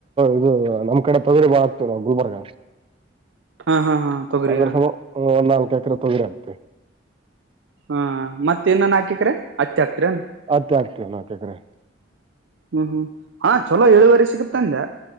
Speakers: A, on the right; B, on the right.
A: ಇದು ನಮ್ ಕಡೆ ತೊಗರಿ ಬಾ ಹಾಕ್ತಿವ್ ನಾವು ಗುಲ್ಬರ್ಗ.
B: ಹಾ ಹಾ ಹಾ ತೊಗರಿ
A: ಅಂದ್ರೆ
B: ಹಾ
A: ಸಮ ಒಂದ್ ನಾಲ್ಕು ಎಕರೆ ತೊಗ್ರೆ ಹಾಕ್ತಿವ್.
B: ಹಾ ಮತ್ ಇನ್ನ ನಾಕ್ ಎಕ್ರೆ ಹತ್ತಿ ಹಾಕ್ತಿರೆನ್.
A: ಹತ್ತೆ ಆಗ್ತವಣ ನಾಕೆಕ್ರೆ.
B: ಹ್ಮ್ ಹ್ಮ್ ಹಾ ಚಲೋ ಇಳುವರಿ ಸಿಗುತ್ ಅಂದ್ಯ.